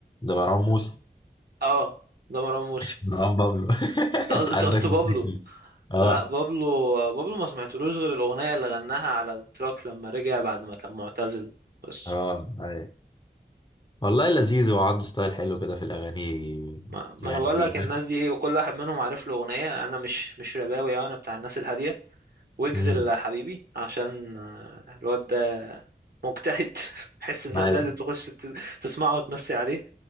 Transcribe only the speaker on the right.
آه ده مروان موسى
أنت قلت
أنت
قلت بابلو
لا بابلو بابلو ما سمعتلوش غير الأغنية اللي غناها على التراك لما رجع بعد ما كان معتزل بس
ما,
ما انا بقول
لك الناس دي ايه وكل واحد منهم عارف له أغنية انا مش مش رباوي أوي، انا بتاع الناس الهادية ويجز
اللي حبيبي عشان آه، الواد ده مجتهد <laughs> حس ان
هو لازم تخش تت- تسمعه وتمسي عليه